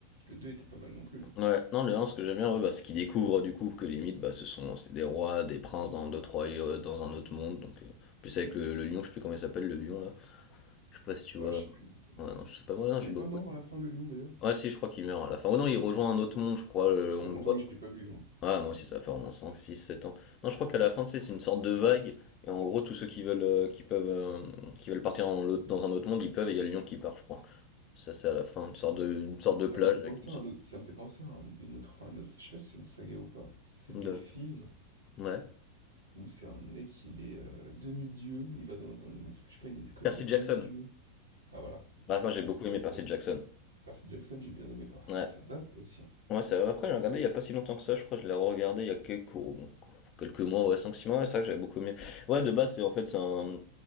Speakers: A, on the right; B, on the left.
A: Le 2 était pas mal non plus, hein.
B: Ouais, non, le 1, ce que j'aime bien, ouais, bah, c'est qu'ils découvrent du coup que limite, bah, ce sont c'est des rois, des princes dans d'autres royaumes, dans un autre monde. Donc, euh, plus avec le, le lion, je sais plus comment il s'appelle, le lion là. Je sais pas si tu
A: Bah,
B: vois.
A: je sais plus non plus.
B: Ouais, non, je sais pas, moi, non,
A: Il
B: j'ai
A: est
B: beaucoup.
A: pas mort à la fin, le lion, d'ailleurs?
B: Ouais, si, je crois qu'il meurt à la fin. Oh non, il rejoint un autre monde, je crois, le-
A: Ça
B: on
A: fait longtemps
B: le voit.
A: que je l'ai pas vu, hein.
B: Ouais, moi aussi, ça fait vraiment 5, 6, 7 ans. Non, je crois qu'à la fin, tu sais, c'est une sorte de vague, et en gros, tous ceux qui veulent, euh, qui peuvent, euh, qui veulent partir dans l'autre- dans un autre monde, ils peuvent, et il y a le lion qui part, je crois. Ça, c'est à la fin, une sorte de, une sorte de
A: Ça
B: plage
A: me fait penser
B: avec une sorte
A: à un autre, ça me fait penser à un- une autre, enfin une autre, je sais pas si c'est une saga ou pas. C'est
B: de...
A: des films
B: Ouais.
A: où c'est un mec, il est euh, demi-dieu, il va dans, dans une, esp- je sais pas, une école
B: Percy
A: de demi-dieu.
B: Jackson.
A: Ah voilà,
B: Bah, moi, j'ai
A: Percy
B: beaucoup aimé
A: Jackson.
B: Percy Jackson.
A: Percy Jackson, j'ai bien aimé. Ah, c'est-
B: Ouais.
A: ça date ça aussi. hein.
B: Ouais, ça, après, j'ai regardé il y a pas si longtemps que ça, je crois, que je l'ai regardé il y a quelques, oh, bon, quelques mois, ouais, cinq six mois, ouais, c'est vrai que j'avais beaucoup aimé. Ouais, de base, c'est en fait, c'est un,